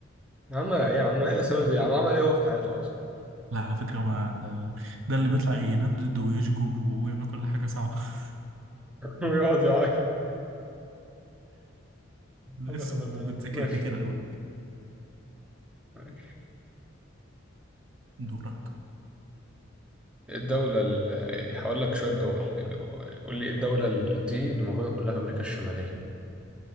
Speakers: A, in the centre; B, on the right.
A: يا عم إيه يا عم إيه يا سامي دي يا عم عمل إيه هو في حياته أصلا
B: لا على فكرة ما ده, ده اللي بيطلع يندد ويشجب ويعمل كل حاجة صعبة <laughs>
A: <laughs> ويقعد يعاقب
B: لا
A: عم
B: اسمه
A: الهبل ده يا
B: بيتذكر
A: عم ماشي
B: كتير أوي
A: ماشي
B: دورك
A: الدولة ال... هقول لك شوية دول قول لي ايه الدولة ال- دي اللي موجودة كلها في أمريكا الشمالية